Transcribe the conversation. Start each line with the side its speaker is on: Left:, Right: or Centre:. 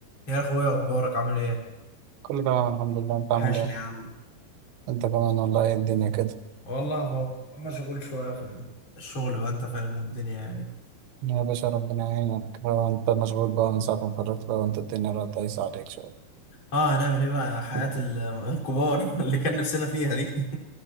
Left: يا اخويا اخبارك عامل ايه
Right: كله تمام الحمد لله انت عامل
Left: وحشني
Right: ايه
Left: يا عم
Right: انت كمان والله ايه الدنيا كده
Left: والله هو مشغول شويه في ال- الشغل بقى انت فاهم والدنيا يعني
Right: يا باشا ربنا يعينك هو انت مشغول بقى من ساعة ما اتخرجت بقى وانت الدنيا بقت دايسة عليك شوية
Left: اه هنعمل ايه بقى حياه
Right: <laughs>
Left: ال- الكبار <laughs> اللي كان نفسنا فيها دي